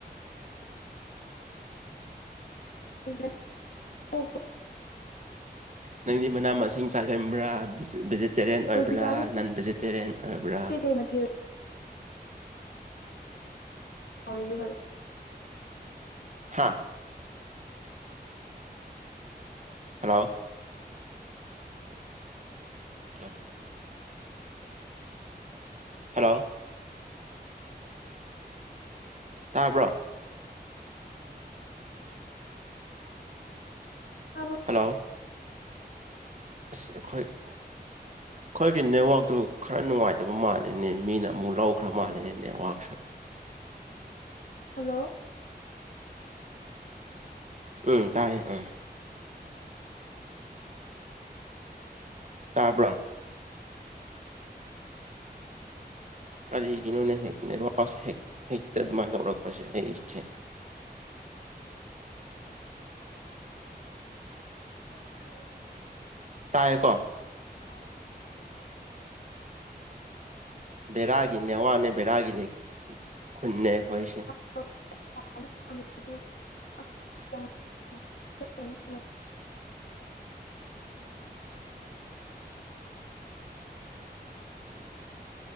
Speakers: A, on the left; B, on the right.
A: <inaudible> ꯑꯣꯛꯄ
B: ꯅꯪꯗꯤ ꯃꯅꯥ ꯃꯁꯤꯡ ꯆꯥꯛꯒꯟꯕ꯭ꯔꯥ ꯕꯤꯁ ꯚꯦꯖꯤ ꯇꯥꯔꯤꯌꯟ ꯑꯣꯏꯕ꯭ꯔꯥ
A: ꯍꯧꯖꯤꯛꯀꯥꯟꯁꯦ
B: ꯅꯟ ꯚꯦꯖꯤꯇꯥꯔꯤꯌꯟ ꯑꯣꯏꯕ꯭ꯔꯥ
A: ꯀꯩꯀꯩ ꯃꯊꯦꯜꯅ <unintelligible>
B: ꯍꯥꯥ ꯍꯜꯂꯣ ꯑꯥꯏ ꯍꯜꯂꯣ ꯇꯥꯕ꯭ꯔꯣ
A: ꯇꯥꯕ꯭ꯔꯣ
B: ꯍꯜꯂꯣ ꯑꯁ ꯑꯩꯈꯣꯏ ꯑꯩꯈꯣꯏꯒꯤ ꯅꯦꯠꯋꯥꯔꯛꯇꯨ ꯈꯔ ꯅꯨꯡꯉꯥꯏꯇꯕ ꯃꯥꯜꯂꯦꯅꯦ ꯃꯤꯅ ꯑꯃꯨꯛ ꯂꯧꯈ꯭ꯔ ꯃꯥꯜꯂꯤꯅꯦ ꯅꯦꯠꯋꯥꯔꯛꯁꯨ
A: ꯍꯜꯂꯣ
B: ꯎꯝ ꯇꯥꯥꯏꯌꯦ ꯎꯝ ꯇꯥꯕ꯭ꯔꯣ ꯀꯔꯤꯒꯤꯅꯣꯅꯦ ꯍꯦꯛ ꯅꯦꯠꯋꯥꯔꯛꯁꯦ ꯍꯦꯛ ꯍꯦꯛꯇ ꯑꯗꯨꯃꯥꯏꯅ ꯇꯧꯔꯛꯄꯁꯦ ꯑꯩꯒꯤꯁꯦ
A: ꯆꯥꯌꯦ
B: ꯇꯥꯏꯀꯣ
A: ꯍꯥꯎꯋꯦ ꯍꯧꯖꯤꯛꯀꯥꯟ ꯆꯥꯛ ꯆꯪꯕꯁꯦ
B: ꯕꯦꯔꯥꯒꯤꯅꯦ ꯅꯦꯠꯋꯥꯔꯛꯅꯦ ꯕꯦꯔꯥꯒꯤ ꯈꯨꯟꯅꯦ ꯑꯩꯈꯣꯏꯁꯦ
A: <inaudible> <inaudible>